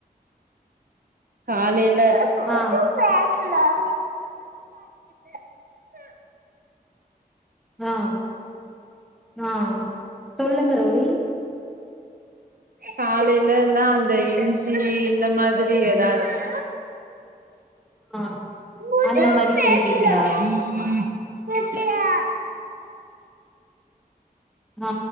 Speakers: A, on the right (about 65°); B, in the centre.
A: காலைல
B: ஆ
A: பேசலான் நீ <inaudible>
B: ஆ ஆ சொல்லுங்க தோழி
A: காலைலலா அந்த இஞ்சி இந்த மாதிரி எதாச்சு
B: ஆ
A: முது
B: அந்த மாரி
A: பேச்ணு
B: குடிப்பீங்களா
A: <unintelligible>
B: ஆ